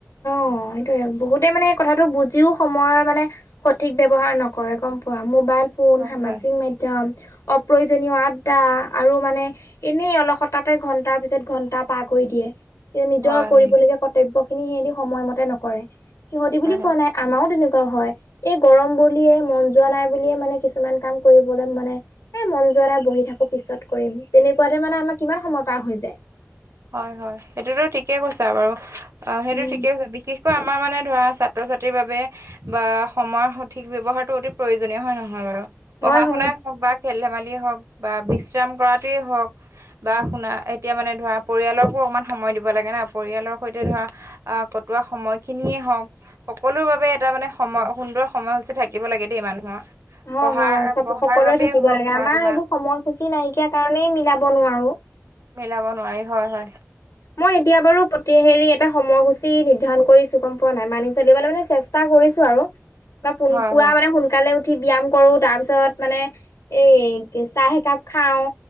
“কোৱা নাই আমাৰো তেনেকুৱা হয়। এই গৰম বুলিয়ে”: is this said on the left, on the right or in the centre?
Left